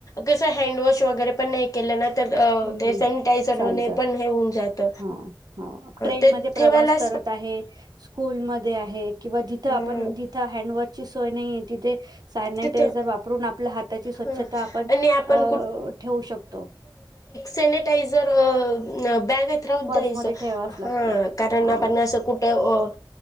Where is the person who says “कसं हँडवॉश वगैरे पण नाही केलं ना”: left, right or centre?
Left